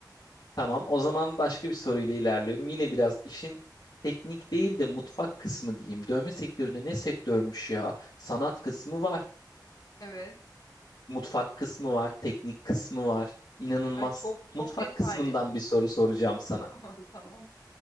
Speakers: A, on the left (about 80°); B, on the left (about 55°).
A: Tamam, o zaman başka bir soruyla ilerliyorum. Yine biraz işin teknik değil de mutfak kısmı diyeyim. Dövme sektörü de ne sektörmüş ya? Sanat kısmı var,
B: Evet.
A: mutfak kısmı var, teknik kısmı var. İnanılmaz.
B: Ay, çok çok
A: Mutfak
B: detaylı.
A: kısmından bir soru soracağım sana.
B: <laughs> Tamam tamam.